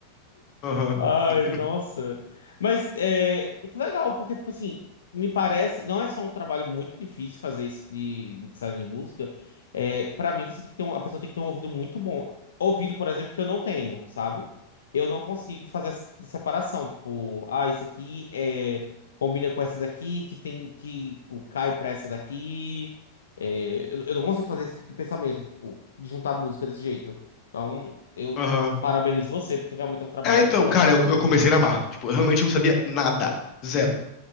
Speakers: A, on the left; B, on the left.
A: Aham.
B: Ai,
A: <laughs>
B: nossa. Mas é, que legal, porque, tipo assim, me parece, não é só um trabalho muito difícil fazer isso de mixagem de música. É, para mim, você tem que ter um, a pessoa tem que ter um ouvido muito bom. Ouvido, por exemplo, que eu não tenho, sabe? Eu não consigo fazer essa separação. Tipo, ah, isso aqui é, combina com essa daqui, que tem que, tipo, cai pra essa daqui. É, eu, eu não consigo fazer esse tipo de pensamento, tipo, de juntar música desse jeito. Então, eu
A: Aham.
B: Parabenizo você, porque realmente é um trabalho
A: É, então,
B: e o tanto.
A: cara, eu, eu comecei a amar. Tipo, eu realmente não sabia nada. Zero.